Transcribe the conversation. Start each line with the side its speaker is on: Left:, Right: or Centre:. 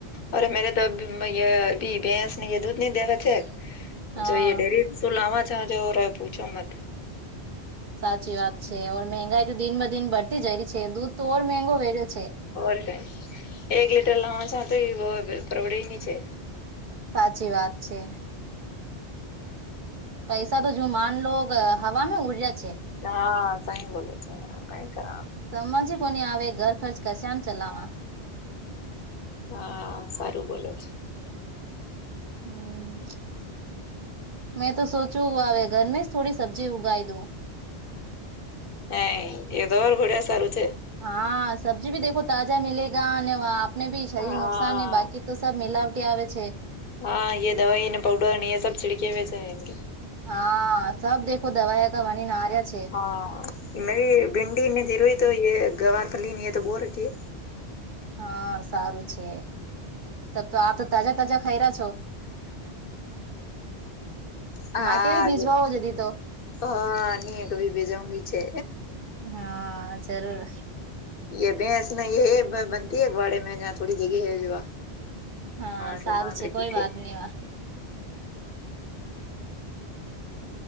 Left: અરે મેરે તો અભી ભેંસને એ દૂધ નહી દેવે છે.
Right: હા
Left: જોઈએ ડેરી શું લાવા જવા જેવો રહ પૂછો મત.
Right: સાચી વાત છે ઓર મંગાઈ તો દિન બ દિન બઢતી જઈ રહી છે દૂધ તો ઓર મંગો વે રહ્યો છે.
Left: ઓર કઈ એક લીટર લાવાસા તે અ પરવડેની છે.
Right: સાચી વાત છે. પૈસા તો જુમાન લોગ હવામાં ઉડ્યા છે.
Left: હા સાઈ બોલો છો કઈ કર.
Right: સમજ કોની આવે ઘર ખર્ચ કશેમ ચલાવા
Left: હા સારું બોલે છે.
Right: હમ મેં તો સોચું હવે ઘરમે જ થોડી સબ્જી ઉગાવી દઉ.
Left: હાય એ તમ ઘડિયા સારું છેે
Right: હા સબ્જી ભી દેખો તાજા મિલેગા અને આપને ભી શરીર
Left: હા.
Right: નુકસાન બાકી એ તો સબ મેલાવટી આવે છે.
Left: હા યે દવાઈ ને પાવડર અને એ સબ છીડકે મે સે આયેંગે.
Right: હા સબ દેખો દવાઈ તો વણી ના આર્યા છે.
Left: હા મેરી ભિન્ડી ની ધીરઈ તો એ ગવાર ફલીની એ તો બો રખીએ
Right: હા સારું છે ત તો આપ તો તાજા તાજા ખાઈ રહ્યા છો.
Left: હા.
Right: માં કે બી ભીજવાઓ જદી તો
Left: હા ની એતો બે બે જણ ભી છે.
Right: હા જરૂર.
Left: યે ભેંસ ન યે બનતી એક વાડે મે જહા થોડી જગ્યા હે જ અ
Right: હા
Left: શો
Right: સારું
Left: માં બેઠી છે.
Right: <inaudible>